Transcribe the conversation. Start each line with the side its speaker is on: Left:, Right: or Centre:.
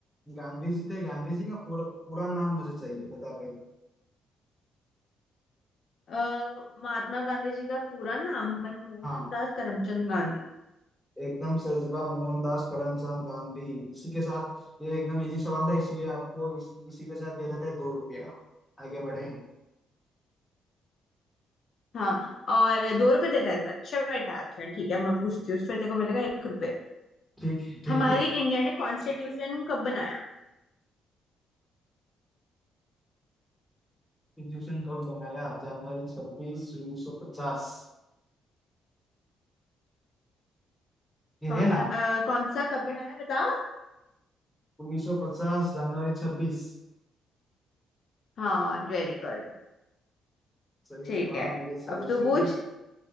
Centre: गांधी जी थे गांधी जी का पूरा पूरा नाम मुझे चाहिए बता पहले
Left: अ, महात्मा गांधी जी का पूरा नाम मनमोहन
Centre: हाँ
Left: दास करमचंद गांधी
Centre: एकदम सरजबा मोहनदास करमचंद गांधी इसी के साथ ये एकदम इजी सवाल था इसलिए आपको इस, इसी के साथ दिया जाता है दो रुपया आगे बढ़ेंगे
Left: हाँ और दो रुपए दे रहा है अच्छा बेटा चल ठीक है अब मैं पूछती हूँ फिर तेरे को मिलेगा एक रुपए
Centre: ठीक है ठीक
Left: हमारी
Centre: है
Left: इंडिया ने कॉन्स्टिट्यूशन कब बनाया
Centre: कॉन्स्टिट्यूशन कब बनाया जनवरी छब्बीस उन्नीस सौ पचास ये
Left: कौन
Centre: है ना
Left: सा अ, कौन सा कब बनाया बता
Centre: उन्नीस सौ पचास जनवरी छब्बीस
Left: हाँ वेरी गुड
Centre: सही
Left: ठीक
Centre: जवाब
Left: है
Centre: मेरे साइड
Left: अब तो
Centre: से
Left: पूछ
Centre: भी